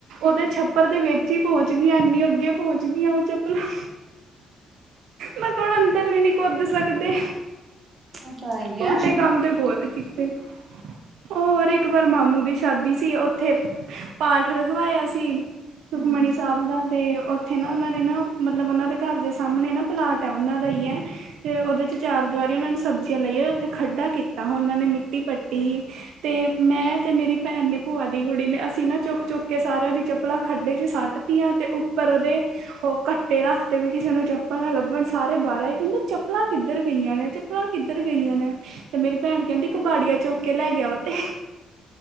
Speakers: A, on the right; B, on the right.
A: ਓਦੇ ਛੱਪਰ ਦੇ ਵੇਚ ਈ ਪੋਂਚ ਗਈਆਂ ਏਨੀ ਅੱਗੇ ਪੋਂਚ ਗਈਆਂ ਓ ਚੱਪਲਾਂ। ਮੈਂ ਕੋ ਹੋਨ ਅੰਦਰ ਵੀ ਨੀ ਕੋਦ ਸਕਦੇ।
B: ਉਹ ਤਾਂ ਹੈ ਹੀ ਹੈ
A: ਉਲਟੇ ਕੰਮ ਤੇ ਬੋਤ ਕੀਤੇ। ਹੋਰ ਇਕ ਵਾਰ ਮਾਮੂ ਦੀ ਸ਼ਾਦੀ ਸੀ ਉੱਥੇ ਪਾਠ ਰਖਵਾਇਆ ਸੀ।
B: ਹੂੰ
A: ਸੁਖਮਣੀ ਸਾਹਿਬ ਦਾ ਤੇ ਉਥੇ ਨਾ ਉਨਾਂ ਨੇ ਨਾ ਮਤਲਬ ਉਨਾਂ ਦੇ ਘਰ ਦੇ ਸਾਹਮਣੇ ਨਾ ਪਲਾਟ ਆ ਉਨਾਂ ਦਾ ਹੀ ਐ। ਤੇ ਉਦੇ 'ਚ ਚਾਰ ਦਵਾਰੀ ਉਹਨਾਂ ਨੇ ਸਬਜ਼ੀਆਂ ਲਾਈਆਂ ਉਥੇ ਖੱਡਾ ਕੀਤਾ ਉਨਾਂ ਨੇ ਮਿੱਟੀ ਪੱਟੀ ਏ। ਤੇ ਮੈਂ ਤੇ ਮੇਰੀ ਭੈਣ ਨੇ ਭੂਆ ਦੀ ਕੁੜੀ ਨੇ ਅਸੀ ਨਾ ਚੁੱਕ-ਚੁੱਕ ਕੇ ਸਾਰਿਆਂ ਦੀ ਚੱ ਪਲਾ ਖੱਡੇ 'ਚ ਸੱਟ ਤੀਆਂ ਤੇ ਉੱਪਰ ਉਦੇ ਓ ਕੱਟੇ ਰੱਖ ਤੇ ਵੀ ਕਿਸੇ ਨੂੰ ਚੱਪਲ ਨਾ ਲੱਭਣ ਸਾਰੇ ਬਾਰ ਆਏ ਕੈਂਦੇ ਚੱਪਲਾਂ ਕਿੱਧਰ ਗਈਆਂ ਨੇ ਤੇ ਪਲਾਂ ਕਿੱਧਰ ਗਈਆਂ ਨੇ ਤੇ ਮੇਰੀ ਭੈਣ ਕੈਂਦੀ ਕਬਾੜੀਆ ਚੁਕ ਕੇ ਲੈ ਗਿਆ ਓ ਤੇ